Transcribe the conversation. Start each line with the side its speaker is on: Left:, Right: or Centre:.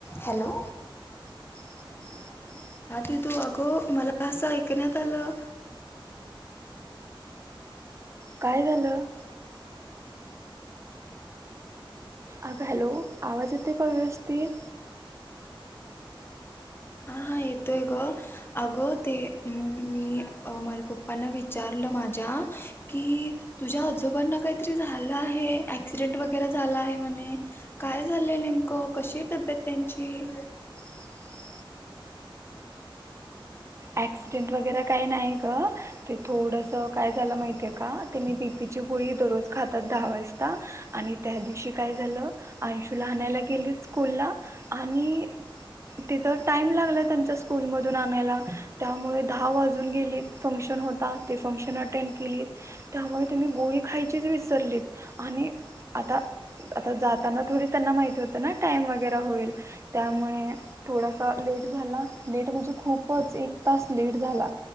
Left: Hello.
Right: <unintelligible> <unintelligible> आ
Left: आदी तू अगो, मला असं ऐकण्यात आलं
Right: काय झालं? अग हॅलो, आवाज येते काय व्यवस्थित?
Left: हा हा येतोय ग, अगं ते मी माझ्या पप्पांना विचारलं माझ्या आ की तुझ्या आोबना काहीतरी झालं आहे एक्सीडेंट वगैरे झाला आहे म्हण काय झालंय नेमकं? कशी आहे तब्येत त्यांची?
Right: <inaudible> अक्सिडेंट वगैरे काही नाही ग, ते थोडस काय झालं माहितीये का त्यांनी बी पी ची गोळी दररोज खातात दहा वाजता आणि त्या दिवशी काय झालं अंशूला आणायला गेले स्कूल ला आणि तिथं टाइम लागला त्यांच्या स्कूल मधून आणायला त्यामुळे दहा वाजून गेलीत फंक्शन होता ते फंक्शन अटेंड केलीत त्यामुळे त्यांनी गोष्ट गोळी खायचीच विसरलीत आणि आता, आता जाताना थोडी त्यांना माहिती होत ना टाईम वगैरे होईल त्यामुळे थोडासा लेट झाला, लेट म्हणजे खूपच एक तास लेट झाला